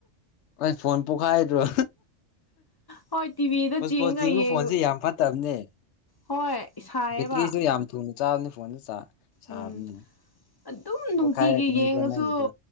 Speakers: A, on the left; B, on the left.
A: ꯑꯩ ꯐꯣꯟ ꯄꯣꯛꯈꯥꯏꯗ꯭ꯔꯣ
B: ꯍꯣꯏ ꯇꯤꯚꯤꯗ
A: ꯄꯣꯁꯄꯣꯠ
B: ꯆꯤꯡꯉꯒ
A: ꯆꯤꯡꯕ
B: ꯌꯦꯡ
A: ꯐꯣꯟꯁꯦ ꯌꯥꯝ ꯐꯠꯇꯕꯅꯦ
B: ꯍꯣꯏ ꯁꯥꯏꯌꯦꯕ
A: ꯕꯦꯇ꯭ꯔꯤꯁꯨ ꯌꯥꯝ ꯊꯨꯅ ꯆꯥꯕꯅꯤ ꯐꯣꯟꯁꯨ ꯆꯥ ꯁꯥꯕꯅꯤ
B: ꯎꯝ ꯑꯗꯨꯝ ꯅꯨꯡꯇꯤꯒꯤ
A: ꯄꯣꯛꯈꯥꯏꯔꯛꯀꯅꯤꯀꯣ
B: ꯌꯦꯡꯉꯁꯨ
A: ꯅꯪꯒꯤꯗꯣ